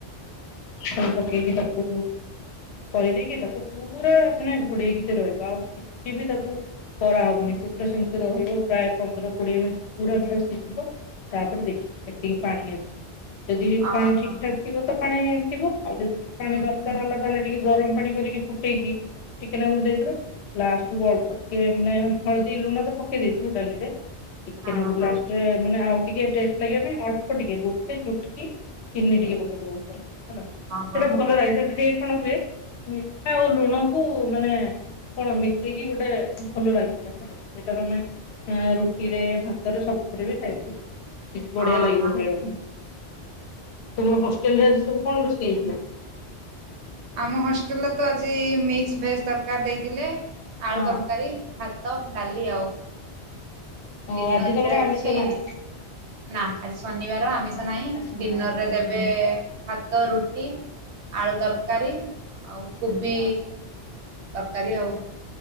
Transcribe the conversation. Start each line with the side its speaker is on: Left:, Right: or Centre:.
Left: ପକେଇକି ତାକୁ କରିଦେଇକି ତାକୁ ପୁରା ମାନେ ଘୋଡେଇକି ସେ ରହିବ ଆଉ। ସଏ ବି ତାକୁ କରାହବନି ସେଗୁରା ସେମିତି ରହିବ ପ୍ରାୟ ପନ୍ଦର କୋଡିଏ ମିନିଟ। ପୁରା ସେଟା ସିଝିବ ତାପରେ ଦେଖିବୁ କେତିକି ପାଣି ଅଛି ଯଦି
Right: ଅହ
Left: ପାଣି ଠିକ ଫୁଟିବ ତ ପାଣି ଥିବ ଆଉ ଯଦିି ପାଣି
Right: ହୁଁ
Left: ଦରକାର ହେଲା ତାହେଲେ ଟିକେ ଗରମ ପାଣି କରିକି ଫୁଟେଇକି ଟିକେନାକୁରୁ କରି ଦେଇ ଲାଷ୍ଟକୁ ଅଳ୍ ଆ ଟିକେ ମାନେ ହଳଦୀ ଲୁଣ ତ ପକେଇ ଦେଇଥିବ ଡାଲିରେ ଟିକେନାକୁରୁ
Right: ହଁ
Left: ଲା ମାନେ ଆଉ ଟିକେ ଟେଷ୍ଟ ଲାଗ ପାଇଁ ଅଳ୍ପ ଟିକେ ଗୋଟେ ଚୁଟକି ଚିନି ଟିକେ ପକେଇଦବ ଉପରେ ହେଲା ସେଇଟା
Right: ହଁ ଅହ
Left: ଭଲ ଲାଗେ ସେଇଟା ଟିକେ କଣ ହୁଏ ମିଠା ଆଉ ଲୁଣକୁୁ ମାନେ କଣ ମିଶେଇକି ଗୋଟେ ଭଲ ଲାଗେ ସେଟା ସେଟାରୁ ଆମେ ରୁଟିରେ ଭାତରେ ସବୁଥିରେ ବି ଖାଇପାରିବ। ବଢିଆ
Right: ଅହ
Left: ଲାଗିବ ଖାଇବାକୁ। ତୁମ ହଷ୍ଟେଲ ରେ ଆଜି ସବୁ କଣ ରୋଷେଇ ହେଇଥିଲା?
Right: ଆମ ହୋଷ୍ଟେଲରେ ତ ଆଜି ମିକ୍ସ ଭେଜ୍ ତରକାର ଦେଇଥିଲେ ଆଳୁ
Left: ହଁ
Right: ତରକାରୀ ଭା ତ ଡାଲି ଆଉ।
Left: ଓ
Right: ଡିନରରେ
Left: ଆଜି ତମର
Right: ଅଛି
Left: ଆମିଷ ନାହିଁ?
Right: ନା ଆଜି ଶନିବାର ଆମିଷ
Left: ହଁ,
Right: ନାହିଁ
Left: ଆଜି ମୋର
Right: ଡିନର
Left: ଆମିଷ
Right: ରେ
Left: ନାହିଁ।
Right: ଦେ ଏବେ ଭାତ ରୁଟି ଆଳୁ ତରକାରୀ। ଆଉ କୋବି ତରକାରୀ ଆଉ